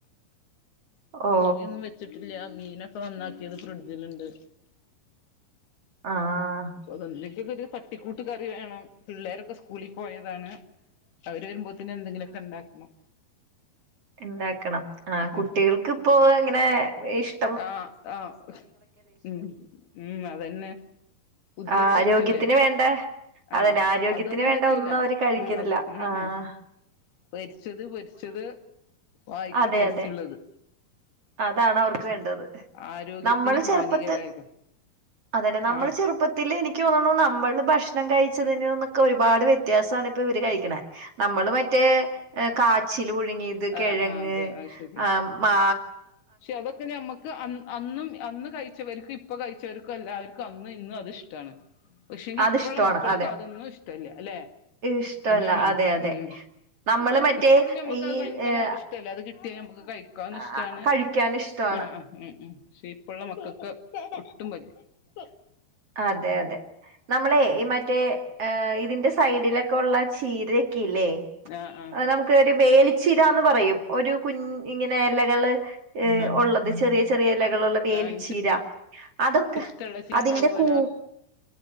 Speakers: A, on the right; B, on the left.
A: ഓ
B: കറി ഒന്നും വെച്ചിട്ടില്ല മീനൊക്കെ നന്നാക്കിത് ഫ്രിഡ്ജിൽ ഇണ്ട്.
A: ആഹ്
B: അപ്പൊ അതെന്തൊക്കൊക്കെ ഒരു തട്ടിക്കൂട്ട് കറി വേണം പിള്ളേരൊക്കെ സ്കൂളി പോയാ അതാണ് അവര് വരുമ്പോത്തന്നെ എന്തെങ്കിലുമൊക്കെ ഉണ്ടാക്കണം
A: ഇണ്ടാക്കണം ആ കുട്ടികൾക്ക്
B: ഉം
A: ഇപ്പോ അങ്ങനെ ഇഷ്
B: ആഹ് ആഹ് ഉം ഉം അതന്നെ പുതിയ
A: ആ
B: ട്രെൻഡ്
A: ആരോഗ്യത്തിന്
B: അല്ലേ
A: വേണ്ട അതന്നെ
B: ആഹ്
A: ആരോഗ്യത്തിന്
B: അതൊന്നും
A: വേണ്ട
B: പറ്റൂല
A: ഒന്നും അവര് കഴിക്കണില്ല
B: ഉം അത് ഉം
A: ആഹ്
B: ഉം പൊരിച്ചത് പൊരിച്ചത് വായിക്ക്
A: അതെ
B: ടേസ്റ്റ്
A: അതെ
B: ഉള്ളത്
A: അതാണ് അവർക്ക് വേണ്ടത്
B: ആരോഗ്യത്തിന്
A: നമ്മൾ
B: ഹാനികരായത്
A: ചെറുപ്പത് അതെന്നെ നമ്മള്
B: ആഹ്
A: ചെറുപ്പത്തിൽ എനിക്ക് തോന്നണു നമ്മള് ഭക്ഷണം കഴ് ച്ചതിന്നൊക്കെ ഒരുപാട് വ്യത്യാസ ഇപ്പ ഇവര് കഴിക്കണ നമ്മള് മറ്റേ കാച്ചിൽ പുഴു ത് കിഴങ്ങ്,
B: ആഹ് ആഹ് അതെ അത് ശരി
A: ഏഹ് മാ
B: പക്ഷെ അതൊക്കെ നമ്മുക്ക് അന്നും അന്ന് കഴിച്ചവർക്കും ഇപ്പൊ കഴിച്ചവർക്കും എല്ലാവർ ക്ക് അന്ന് ഇന്ന് അത് ഇഷ്ടമാണ് പക്ഷെങ്കി
A: അതിഷ്ടമാണ്
B: ഇപ്പോഴുള്ള മക്കൾക്ക്
A: അതെ
B: അതൊന്നും ഇഷ്ടമല്ല അല്ലെ
A: ഇഷ്ടല്ല
B: അങ്ങനെയാണ്
A: അതെ അതെ
B: ഉം
A: നമ്മള് മറ്റേ
B: ഇപ്പോഴും ഞമ്മക്ക്
A: ഈ
B: അത് ഭയങ്കര
A: ഏഹ്
B: ഇഷ്ടമല്ല അത് കിട്ടിയാ മ്മുക്ക് കഴിക്കാനും
A: ആഹ്
B: ഇഷ്ടമാണ്
A: കഴിക്കാൻ ഇഷ്ടാണ്
B: ആഹ് ആ ഉം ഉം പക്ഷെ ഇപ്പോള്ള മക്കക്ക് <unintelligible>
A: അതെ അതെ നമ്മളെ ഈ മറ്റേ ഇതിന്റെ സൈഡിലൊക്കെ ഉള്ള ചീര ക്കില്ലേ
B: ആഹ് ആഹ്
A: നമുക്ക് വേടിച്ച് രാന്ന് പറയും ഒരു കുൻ ഇങ്ങനെ എലകള് ഏ
B: ആഹ്
A: ഉള്ളത് ചെറിയ ചെറിയ എലകളുള്ള വേലിച്ചീര
B: ആഹ് ഇൻക്ക്
A: അതൊക്കെ
B: ഇഷ്ടള്ള ച്ചി
A: അതിന്റെ
B: ഉണ്ടാവുല്ലോ
A: കൂ